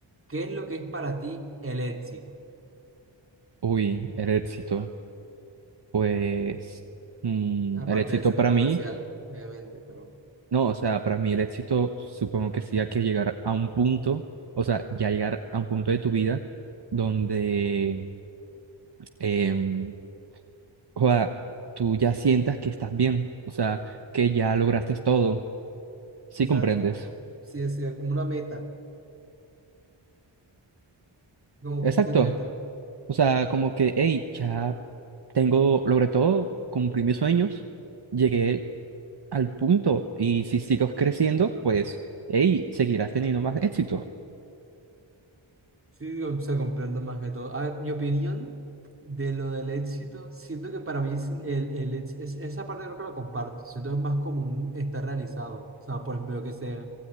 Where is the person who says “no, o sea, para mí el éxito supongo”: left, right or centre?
Right